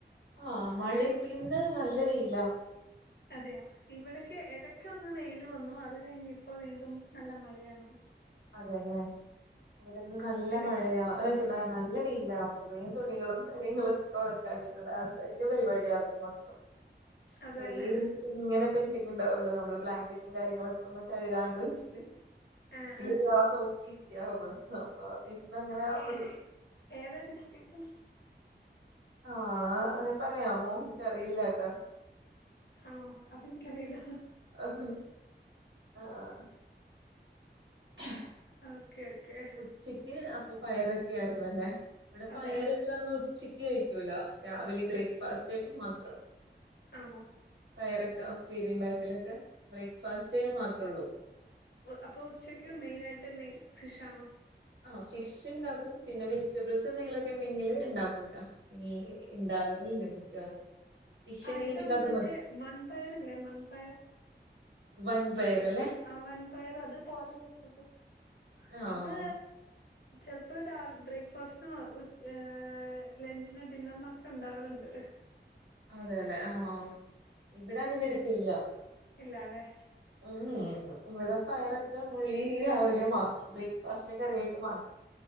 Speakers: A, on the right (about 85°); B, on the left (about 65°).
A: ആ മഴേം പിന്നെ നല്ലവെയിലാ
B: അതെയോ ഇവിടെക്കെ എടക്കൊന്ന് ന്ന് വെയില് വന്നു അതുകഴിഞ്ഞിപ്പൊ വീണ്ടും നല്ലമഴയാണ്
A: അതെല്ലേ അവിടെന്ന് നല്ല
B: എടക്ക്
A: മഴയാ പിന്നെ നല്ല വെയിലാ കുറേ തുണികളും കാര്യങ്ങളൊക്കെ ഒണക്കാനിട്ടതാ അതിന്റെ പരിപാടിയായിരുന്നു മൊത്തം
B: അതെല്ലേ
A: <unintelligible> ഇങ്ങനെ പെന്റിങ്ങുണ്ടാവുമല്ലോ നമ്മള് ബ്ലാങ്കറ്റും കാര്യങ്ങളൊക്കെ ഒന്നുംകഴുകാണ്ട് വെച്ചിട്ട്
B: ആഹ്
A: ഒരാ നോക്കിയിരിക്കാന്നറഞ്ഞത് അപ്പൊ ഇന്നങ്ങനെ
B: ആഹ്
A: ഒരു
B: ഏതാ ഡിസ്ട്രിക്റ്റ്
A: ആഹ് ഞാൻ പറയാം മോം എനിക്കറിയില്ലാട്ടാ
B: ആണോ അതെനിക്കറിയില്ല
A: അഹം ആഹ് അ <unintelligible>
B: അ ഓക്കെ ഓക്കെ
A: ഉച്ചയ്ക്ക് അപ്പൊ പയറൊക്കാരുന്നു അല്ലേ ഇവിടെ
B: അതെ
A: പയറക്കൊന്ന് ചിക്കി കഴിക്കൂല രാവിലെ ബ്രേക്ക്ഫാസ്റ്റായിട്ട് മാത്രം
B: ആണോ
A: പയറക്ക പേരിണ്ടാക്കലക്ക ബ്രേക്ക്ഫാസ്റ്റ്ന് മാത്രുള്ളൂ
B: അപ്പോ ഉച്ചയ്ക്ക് മെയിനായിട്ട് മെ ഫിഷാണോ
A: ആഹ് ഫിഷിണ്ടാക്കും പിന്നെ വെജിറ്റബിൾസ് എന്തെങ്കിലൊക്കെ ഒണ്ടെങ്കില് ഇണ്ടാക്കൂട്ട ഇനി ഇണ്ടാവറില്ല മിക്കവാറും ഫിഷ്
B: ആ
A: ഉണ്ടെങ്കി
B: ഇത്
A: പിന്നെ അത്
B: മറ്റേ
A: മതി
B: മൺപയറല്ലേ മൺപയർ
A: വൺ പയറല്ലേ
B: ആ വൻ പയറ് അത് തോരൻ വെച്ചിട്ട്
A: ആഹ്
B: അത് ചെലപ്പോ അതാ ബ്രേക്ക്ഫാസ്റ്റിനോ ഉച്ച് ആ ലെഞ്ചിനോ ഡിന്നറിനൊക്കെണ്ടാവലുണ്ട്
A: അതേല്ലെ ആഹ് ഇവിടെ അങ്ങനെടുത്തില്ല
B: ഇല്ലാല്ലേ
A: ഉം ഇവിടെ പയറൊക്കെ ഉള്ളി രാവിലെ മാത്രം ബ്രേക്ക്ഫാസ്റ്റിനൊക്കെ റേട്ട് മാത്രം